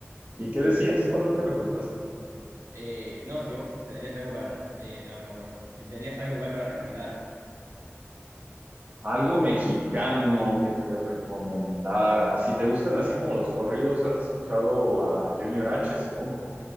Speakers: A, on the right; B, on the right.
A: ¿Y qué decías? ¿Cuál otro me preguntaste?
B: Eh, no, si vos tendrías algo para... eh, no, no me acuerdo. Si tenías algo igual para recomendar.
A: Algo mexicano que te recomendara. Si te gustan así como los corridos, has escuchado a Junior H, supongo.